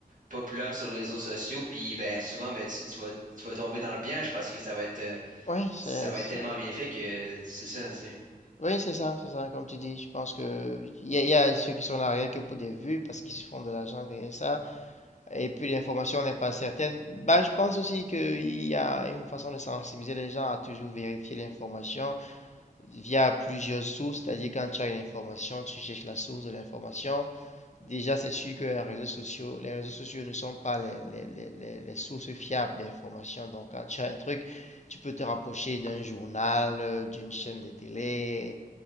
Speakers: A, on the right (about 55°); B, on the left (about 45°).
A: populaire sur les réseaux sociaux, puis ben, souvent, ben, tu, tu vas, tu vas tomber dans le piège parce que ça va être... euh,
B: oui, c'est,
A: ça va
B: c'est-
A: être tellement bien fait que c'est ça, tu sais.
B: oui, c'est ça, c'est ça, comme tu dis. Je pense que il y a, il y a ceux qui sont là rien que pour des vues parce qu'ils se font de l'argent derrière ça. Et puis l'information n'est pas certaine. Bah, je pense aussi qu'il y a une façon de sensibiliser les gens à toujours vérifier l'information via plusieurs sources, c'est-à-dire quand tu as une information, tu cherches la source de l'information. Déjà, c'est sûr que les réseaux sociaux, les réseaux sociaux ne sont pas les, les, les, les sources fiables d'information. Donc, quand tu as un truc, tu peux te rapprocher d'un journal, euh, d'une chaîne de télé,